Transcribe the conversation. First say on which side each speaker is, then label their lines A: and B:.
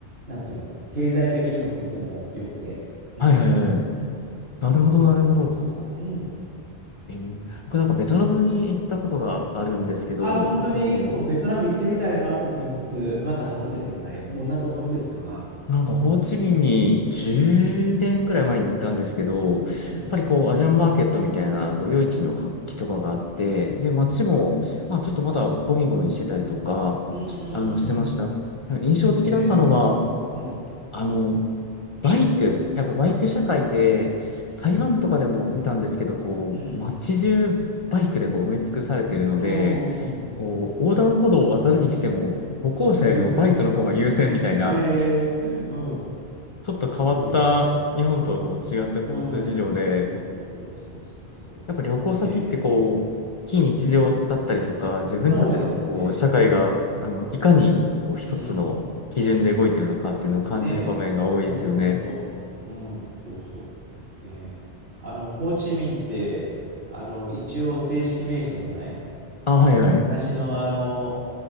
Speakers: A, on the right (about 50°); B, on the left (about 50°).
A: なんていうの、経済的にもとっても良くて、うん、
B: はい、はい、はい。なるほど、
A: そうそうそうそう、
B: なるほど。
A: うん。
B: えー僕なんかベトナムに行ったことがあるんですけど、
A: あ、本当に、
B: もう
A: そう、ベトナム行ってみたいなと思いつつ、まだ果たせていない。どんなところですか
B: なんか、ホーチミンに10年ぐらい前に行ったんですけど、やっぱりこう、
A: うん。
B: アジアンマーケットみたいな、こう、夜市の活気とかがあって、
A: うん。
B: で、街も、
A: うん。
B: まあ、ちょっとまだゴミゴミしてたりとか、
A: うん。うん。うん。
B: あの、してました。
A: うん
B: 印象的だったのが、
A: えー、うん。
B: あの、バイク。やっぱバイク社会で、
A: そう。うん。
B: 台湾とかでも見たんですけど、こう、
A: うん。
B: 街中バイクでこう埋め尽くされてるので、
A: うん。うん
B: こう、横断歩道を渡るにしても、歩行者よりもバイクの方が優先みたいな、
A: <laughs> えー、うん。
B: ちょっと変わった日本とはこう違った交通事情で、
A: そうだよね。うん。そうそうそうそうそうそ
B: やっぱ旅行先ってこう、
A: う。ねえ。
B: 非日常だったりとか、自分たちのこう、
A: そうですよね。
B: 社会が、あの、いかにこう一つの基準で動いてるのかっていうのを感じる場面が多いですよね。
A: うん。ねえ、ほんとほんと。うん、そうそう。で、あの、ホーチミンって、あの、一応正式名称じゃない
B: あ、はいはい。
A: 昔のあの、